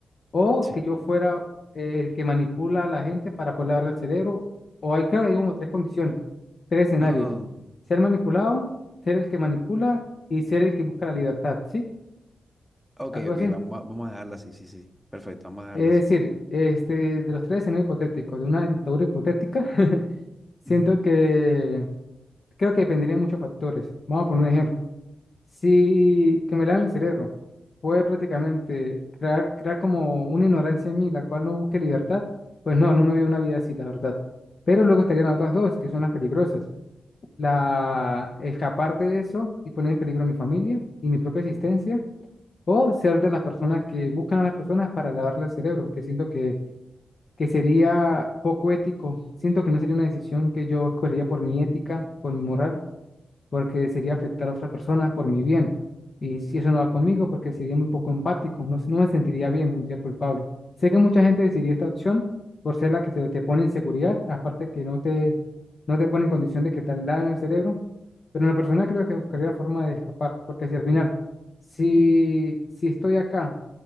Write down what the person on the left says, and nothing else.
o
que yo fuera eh, el que manipula a la gente para poder lavar el cerebro, o hay creo que hay como tres condiciones, tres escenarios.
Ser manipulado, ser el que manipula y ser el que busca la libertad, ¿sí?
Algo
así.
Es
decir, este, de los tres escenarios hipotéticos, de una dictadura hipotética. <laughs> Siento
que creo que dependería de muchos factores. Vamos a poner un ejemplo. Si que me lavan el cerebro, puede prácticamente crear, crear como una ignorancia en mí, la cual no busque libertad. Pues no, no me veo una vida así, la verdad. Pero luego estarían las otras dos, que son las peligrosas. La escapar de eso y poner en peligro a mi familia y mi propia existencia, o ser de las personas que buscan a las personas para lavarle el cerebro, que siento que que sería poco ético. Siento que no sería una decisión que yo escogería por mi ética, por mi moral, porque sería afectar a otra persona por mi bien. Y si eso no va conmigo, porque sería muy poco empático, no, no me sentiría bien, me sentiría culpable. Sé que mucha gente decidiría esta opción por ser la que se te pone en seguridad, aparte que no te, no te pone en condición de que te en el cerebro, pero en la persona creo que buscaría la forma de escapar, porque si al final, si, si estoy acá